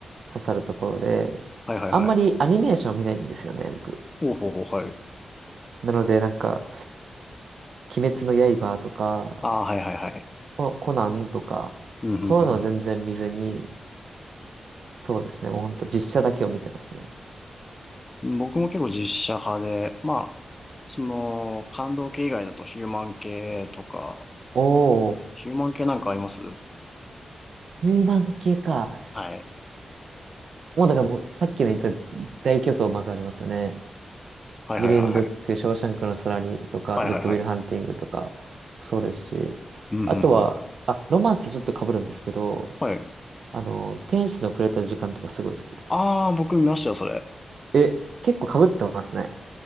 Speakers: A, on the right; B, on the left.
A: 刺さるところで、
B: はいはいはい。
A: あんまりアニメーション見ないんですよね、僕。
B: ほうほうほう、はい。
A: なのでなんか、鬼滅の刃とか、
B: ああ、はいはいはい。
A: ココナンとか、
B: うん、
A: そういうのは全然見ずに、
B: うん、
A: そうですね、もうほんと実写だけを見てますね。
B: うん。僕も結構実写派で、まあ、その、感動系以外だとヒューマン系とか、
A: おー、
B: ヒューマン系なんかあります
A: ヒューマン系か。
B: はい。
A: もうだからもうさっきの言った大巨頭まずありましたね。
B: はいはいはいはい。
A: グリーンブック、ショーシャンクの空にとか、
B: はいはいはい。
A: グッドウィルハンティングとか、そうですし、
B: うん、うん、
A: あとは、
B: うん。
A: あ、ロマンスとちょっと被るんですけど、
B: はい。
A: あの、天使のくれた時間とかすごい好きです。
B: ああ、僕見ましたよ、それ。
A: え、結構被ってますね。